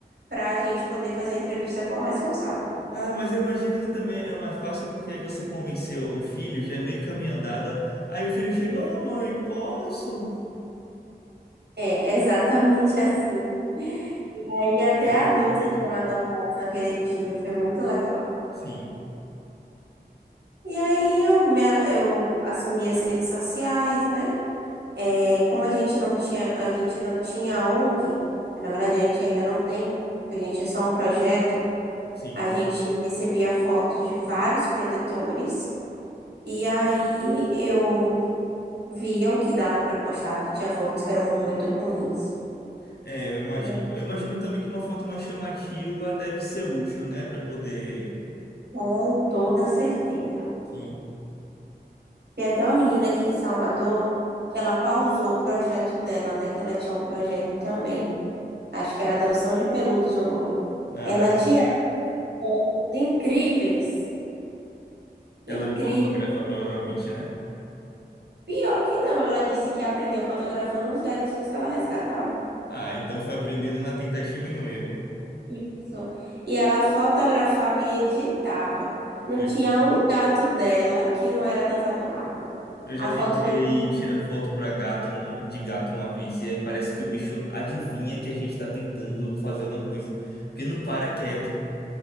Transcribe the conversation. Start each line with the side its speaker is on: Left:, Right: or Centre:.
Right: para a gente poder fazer a entrevista com o responsável.
Left: Ah, mas eu imagino que também é mais fácil porque aí você convenceu o filho, já é meio caminho andado. Aí o filho chegou, ô mãe, posso?
Right: É, exatamente assim. E aí até
Left: Gosto
Right: adultos
Left: dele.
Right: foram adotados naquele dia, foi muito legal.
Left: Sim,
Right: E aí eu, me, eu assumi as redes sociais, né? É, como a gente não tinha, a gente não tinha ONG, na verdade a gente ainda não tem, porque a gente é só um projeto,
Left: sim.
Right: a gente recebia fotos de vários protetores. E aí eu via o que dava para postar, porque tinha fotos que eram muito ruins.
Left: É, eu imagino.
Right: E
Left: Eu imagino também que uma foto mais chamativa deve ser útil, né? Pra poder.
Right: Com toda certeza.
Left: Sim.
Right: Tem até uma menina aqui em Salvador que ela pausou o projeto dela, né? Que ela tinha um projeto também. Acho que era adoção de peludos o nome.
Left: Ah,
Right: Ela
Left: legal.
Right: tinha fotos incríveis.
Left: Ela
Right: Incríveis.
Left: era fotógrafa, provavelmente, né?
Right: Pior que não, ela disse que aprendeu fotografando os gatinhos que ela resgatava.
Left: Ah, então foi aprendido na tentativa e no erro.
Right: Isso. E ela fotografava e editava. Não
Left: Eu
Right: tinha um gato dela que não era adotado rápido.
Left: Eu
Right: A
Left: já
Right: foto
Left: tentei
Right: veio
Left: tirar foto pra gato uma- de gato uma vez e aí parece que o bicho adivinha que a gente tá tentando fazer alguma coisa, porque não para quieto.